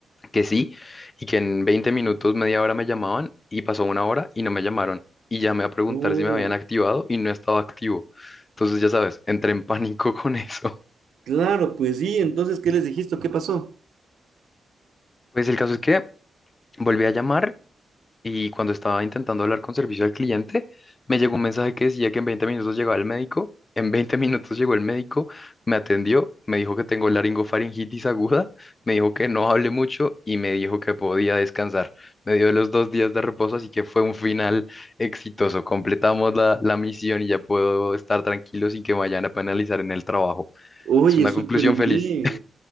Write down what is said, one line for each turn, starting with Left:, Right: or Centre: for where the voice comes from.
Left: que sí y que en 20 minutos, media hora me llamaban y pasó una hora y no me llamaron. Y llamé a preguntar
Right: Ujú.
Left: si me habían activado y no estaba activo. Entonces, ya sabes, entré en pánico <laughs> con eso.
Right: Claro, pues sí, entonces, ¿qué les dijiste? ¿Qué pasó?
Left: Pues el caso es que volví a llamar y cuando estaba intentando hablar con servicio al cliente, me llegó un mensaje que decía que en 20 minutos llegaba el médico. En 20 minutos llegó el médico, me atendió, me dijo que tengo laringofaringitis aguda, me dijo que no hable mucho y me dijo que podía descansar. Me dio los dos días de reposo, así que fue un final exitoso. Completamos la, la misión y ya puedo estar tranquilo sin que me vayan a penalizar en el trabajo.
Right: Oye,
Left: Es una
Right: súper
Left: conclusión
Right: bien,
Left: feliz.